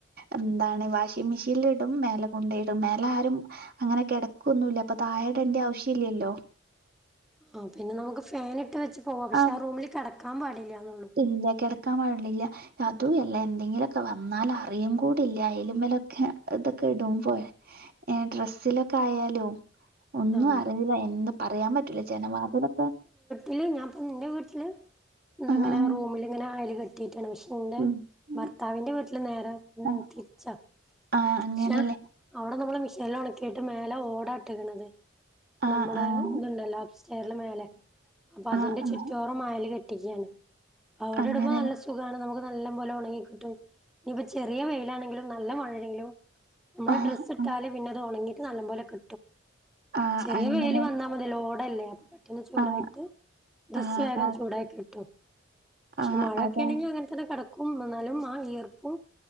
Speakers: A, on the right (about 50°); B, in the centre.
A: എന്താണ് വാഷിംഗ്‌ മിഷീൻല് ഇടും മേലെ കൊണ്ടാേയ്ടും മേലെ ആരും അങ്ങെനെ കെടെക്കൊന്നും ഇല്ല അപ്പാെ താഴെ ഇടെണ്ട്യെ ആവശ്യല്ല്യല്ലോ
B: ആഹ് പിന്നെ നമുക്ക് ഫാനിട്ട് വെച്ച് പോവാം പക്ഷെ
A: ആഹ്.
B: ആ റൂമില് കെടക്കാൻ പാടില്ലായെന്നാെള്ളു
A: ഇല്ല കെടെക്കാൻ പാടില്ല്യാ അതും എല്ല എന്തെങ്കിലൊക്കെ വന്നാൽ അറിയും കൂടില്ല അയല്മലൊക്കെ ഇതൊക്കെ ഇടുമ്പെ ഏഹ് ഡ്രെസ്സിലൊക്കെ ആയാലും ഒന്നും
B: ആ
A: അറീലാ എൻ പറയാൻ പറ്റൂല ജനവാദിലൊക്കെ
B: ഇല്ല ഞാൻപ്പോ ഇന്റെ വീട്ട്ല് എന്ത്ങ്ങെനെ
A: ആഹ് ആഹ്
B: റൂമില്ങ്ങെനെ അയല് കെട്ടീക്കാണ് പക്ഷെ ന്റെ
A: ഉം ഉം
B: ഭർത്താവിന്റെ വീട്ടില് നേരെ ഉം
A: ആഹ്
B: തിരിച്ചാ
A: ആഹ് അങ്ങനെല്ലേ.
B: പക്ഷാ അവടെ നമ്മള് മെഷേൻല് അലക്കിയിട്ട് മേലെ ഓടാ ഇട്ട്ക്ക്ണത്‌
A: ആഹ്
B: നമ്മടെ
A: ആഹ്
B: ത്ണ്ടല്ലോ അപ്സ് ചെര്ല് മേലെ അപ്പോ അതിന്റെ
A: ആഹ് ആഹ്
B: ചുറ്റോറം മായല് കെട്ടിക്ക്യാണ് അതോണ്ട്
A: അങ്ങനെല്ലേ.
B: അവിടെപ്പോ നല്ല സു സുഖാണ് നമുക്ക് നല്ലം പോലെ ഒണെങ്ങി കിട്ടും ഇനിയിപ്പം ചെറിയ വെയ്ലാണെങ്കിലും നല്ല മഴേണെങ്കിലും നമ്മള്
A: ആഹ്
B: ഡ്രസ്സ്ട്ടാല്
A: ആഹ്
B: പിന്നെ അത് ഒണെങ്ങീട്ട് നല്ലം പോലെ ക്
A: ആഹ്
B: ചെറിയ
A: അങ്ങനെ
B: വെയില് വന്നാ മതി റോഡല്ലേ അ ഒന്ന് ചൂടായിട്ട്
A: ആഹ്
B: ഡ്രസ്സ്
A: ആഹ്
B: വേഗം
A: ആഹ്
B: ചൂടായി കിട്ടും പക്ഷെ
A: ആഹ്
B: മഴക്കേണെങ്കി
A: അതാണ്
B: <unintelligible> <unintelligible> കടക്കും എന്നാലും ആ വിയർപ്പും